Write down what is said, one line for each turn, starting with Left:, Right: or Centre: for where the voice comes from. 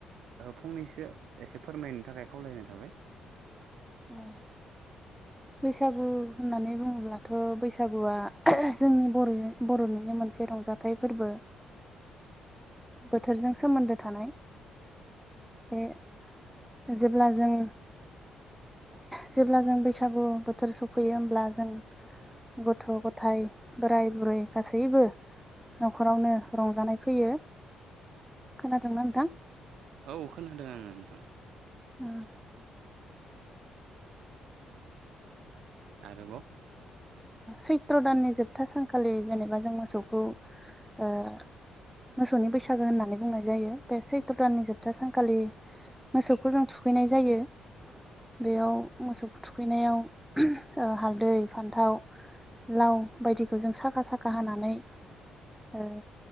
Right: फंनैसो एसे फोरमायनो थाखाय खावलायनाय थाबाय
Centre: औ बैसागु होननानै बुङोब्लाथ' बैसागुआ जोंनि बर' बर'निनो मोनसे रंजा थाइ फोरबो बोथोरजों सोमोन्दो थानाय बे जेब्ला जों जेब्ला जों बैसागु बोथोर सफैयो होमब्ला जों गथ' गथाय बोराय बुरै गासैबो न'खरावनो रंजानाय फैयो। खोनादोंना नोंथां?
Right: औ खोनादों आङो नोंथां।
Centre: <unintelligible>
Right: आरोबाव
Centre: सैत्र' दाननि जोबथा सानखालि जेनेबा जों मोसौखौ ओ मोसौनि बैसागो होननानै बुंनाय जायो बे सैत्र दाननि जोबथा सानखालि मोसौखौ जों थुखैनाय जायो। बेयाव मोसौ थुखैनायाव ओ हालदै फान्थाव लाव बायदिखौ जों साखा साखा हानानै ओ